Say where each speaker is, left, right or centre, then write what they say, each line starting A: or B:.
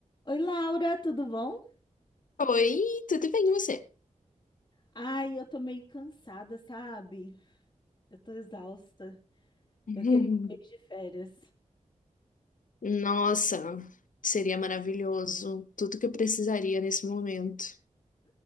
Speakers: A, on the left; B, on the left.
A: Oi, Laura, tudo bom?
B: Oi, tudo bem e você? <laughs>
A: Ai, eu tô meio cansada, sabe? Eu tô exausta.
B: Uhum.
A: Eu queria um mês de férias.
B: Nossa, seria maravilhoso. Tudo que eu precisaria nesse momento.